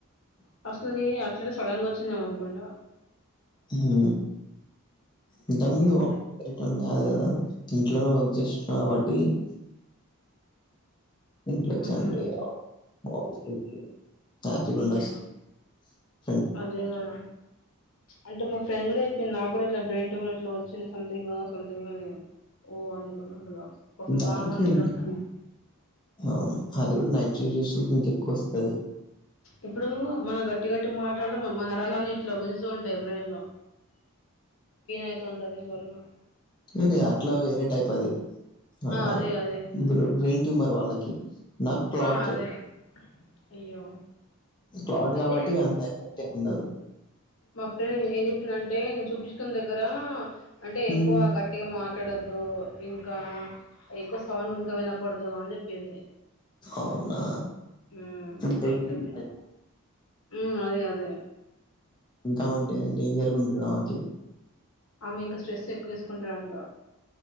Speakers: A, on the left; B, on the left.
A: ఫస్ట్ లోనే అట్లా సడన్ గా వచ్చిందేమనుకుంటా
B: ఊ ఇంతకుముందు
A: అయ్యో
B: రిటర్న్ కాదుకదా ఊ వర్క్ చేస్తు కాబట్టి <unintelligible> ఇంట్లో
A: మ్మ్
B: చనిపోయారు ఆపీసు కెల్తే హ్యాప్తున్డోచు
A: అయ్యో
B: <unintelligible>
A: అదే కదా అంటే మా ఫ్రెండ్ కూడా చెప్పింది. నాకు కూడా ఇట్లా బ్రెయిన్ ట్యూమర్ ఇట్లా వచ్చింది సంథింగో సంథింగో అని ఓ అనుకున్న అసలు పాపం
B: దానికేంటి
A: బాగా మందికి అట్లా
B: అవును అది కూడా నైట్ షిఫ్ట్ చేసేవాళ్లకు ఇంక ఎక్కువ వస్తాది.
A: ఇప్పుడు మనం గట్టి గట్టి మాట్లాడుతాంటే మన నరాాలన్ని ఇట్ల గుంజుతూ ఉంటాయి బ్రెయిన్ లో యి తోంటదిరోనా <unintelligible>
B: ఏది అట్లా వేరే టైప్ అది. ఆ
A: అదే అదే
B: బ్రెయిన్ ట్యూమర్ వాళ్ళకి నాట్ క్లాట్
A: ఆ అదే అయ్యో
B: క్లాట్
A: అయితే
B: కాబట్టి అంత ఎఫెక్ట్ ఏం ఉండదు.
A: మా ఫ్రెండ్ ఏం చెప్పిందింటే, నేను చూపించుకున్న దగ్గర అంటే
B: హ్మ్,
A: ఎక్కువ గట్టిగా మార్ ఎక్కువ మాట్లాడవద్దు ఇంకా ఎక్కువ సౌండ్ వినకూడదు అని చెప్పింది.
B: అవునా
A: ఊ
B: బ్రెయిన్
A: అట్లా
B: ట్యూమర్
A: గే మ్ అదే అదే
B: అవును అంటే డేంజర్ గా ఉంటాది ఆమెకి.
A: ఆమ్మె ఇంకా స్ట్రెస్ ఎక్కువ తీసుకుంటాంది.